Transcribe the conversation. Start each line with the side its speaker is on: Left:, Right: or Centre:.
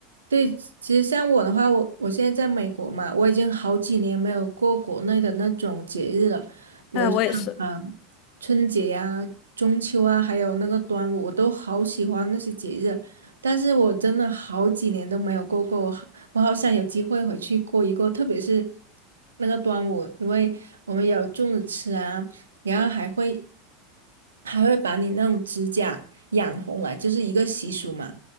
Right: 对，其实像我的话，我我现在在美国嘛，我已经好几年没有过国内的那种节日了，比如像啊、
Left: 哎，我也是。
Right: 呃春节啊、中秋啊，还有那个端午，我都好喜欢那些节日，但是我真的好几年都没有过过，我好我好想有机会回去过一过，特别是那个端午，因为我们有粽子吃啊，然后还会还会把你那种指甲染红来，就是一个习俗嘛。